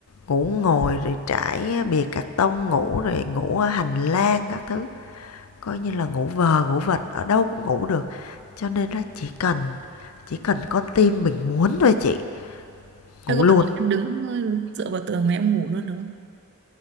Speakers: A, on the left; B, on the right.
A: ngủ ngồi rồi trải bìa cạc tông ngủ, rồi ngủ ở hành lang các thứ, coi như là ngủ vờ ngủ vật, ở đâu cũng ngủ được. Cho nên á chỉ cần chỉ cần con tim mình muốn thôi chị, ngủ
B: Thế có
A: luôn.
B: bao giờ em đứng ờ, dựa vào tường mà em ngủ luôn được không?